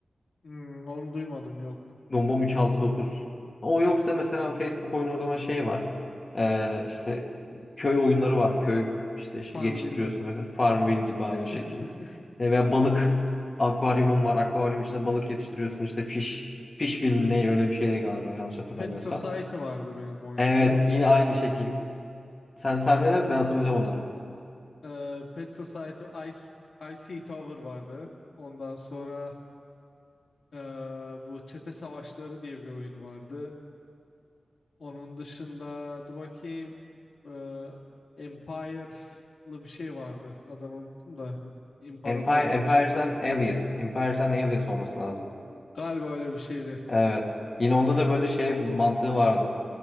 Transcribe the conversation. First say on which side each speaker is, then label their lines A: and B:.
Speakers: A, on the left (about 80°); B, on the left (about 40°).
A: Hmm, onu duymadım yok.
B: Dombom 369. O yoksa mesela Facebook oyunu o zaman şey var. Ee, işte köy oyunları var. Köy işte şey
A: Farmville.
B: geliştiriyorsun mesela Farmville gibi aynı
A: <laughs>
B: şekil. Ee, veya balık akvaryumun var. Akvaryum içinde balık yetiştiriyorsun. İşte fish fish film ne öyle bir şeydi galiba yanlış hatırlamıyorsam.
A: Pet Society vardı benim oynadığım.
B: Evet
A: İşte
B: yine aynı şekil. Sen saymaya devam
A: ondan
B: et, ben hatırlayacağım
A: s-
B: onları.
A: e, Pet Society Ice, Icy Tower vardı. Ondan sonra e, bu Çete Savaşları diye bir oyun vardı. Onun dışında dur bakayım e, Empire'lı bir şey vardı. Adını unuttum da imparatorluğu
B: Empire, Empires
A: bir şey.
B: and Aliens. Empires and Aliens olması lazım.
A: Galiba öyle bir şeydi.
B: Evet. Yine onda da böyle şey mantığı vardı.